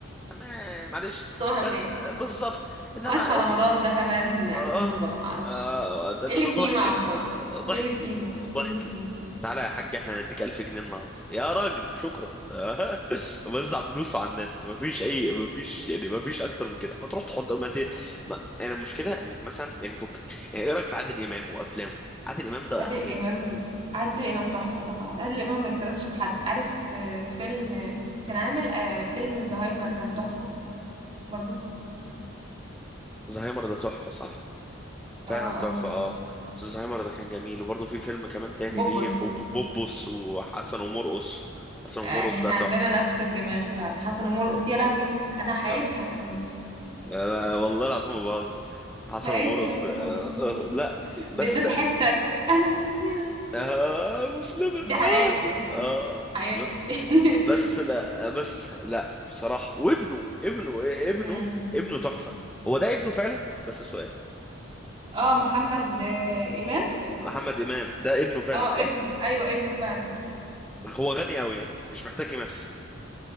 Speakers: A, in the centre; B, on the right.
A: ما- معلش
B: صباح الخير
A: بس- بالظبط انما
B: مدفع رمضان ده كمان أكذوبة
A: اه
B: معرفش
A: اه ده
B: قلة
A: ده ده ضحك
B: قيمة على
A: آه،
B: الفاضي
A: ضحك
B: قلة قيمة
A: ضحك
B: قلة قيمة
A: تعالى يا حاج احنا هنديك 1000 جنيه النهارده يا راجل شكرا <laughs> وزع فلوسه على الناس مفيش اي مفيش يعني مفيش اكتر من كده ما تروح تحط ما ت... ما... يعني المشكله انك مثلا يعني فكك يعني ايه رايك في عادل امام وافلامه عادل امام ده
B: عادل
A: يعني
B: إمام عادل إمام تحفة طبعا عادل إمام ما يتقارنش بحد عارف آه، فيلم آه، كان عامل آه، فيلم الزهايمر كان تحفة برضو
A: زهايمر ده تحفه صح فعلا
B: اه
A: تحفة
B: اه
A: اه الزهايمر ده كان جميل وبرضه في فيلم كمان تاني
B: وبوبس
A: ليه بوب- بوبوس وحسن ومرقص حسن
B: يعني
A: ومرقص
B: احنا
A: ده تحفة
B: عندنا نفس الدماغ فعلا حسن ومرقص يا لهوي أنا حياتي
A: آه.
B: حسن ومرقص
A: أنا والله العظيم ما بهزر حسن
B: حياتي
A: ومرقص
B: حسن
A: ده آه.
B: ومرقص
A: آه. لا
B: بالذات
A: بس
B: الحتة بتاعت أنا مسلمة
A: آه مسلمة
B: دي حياتي
A: آه. آه.
B: حياتي
A: بس
B: <laughs>
A: بس لا بس لا بصراحة وابنه ابنه ابنه
B: أمم.
A: ابنه تحفة هو ده ابنه فعلا بس سؤال
B: اه محمد آه، إمام
A: محمد إمام ده ابنه فعلا
B: اه
A: صح
B: ابنه أيوه ابنه فعلا
A: هو غني أوي ها؟ مش محتاج يمثل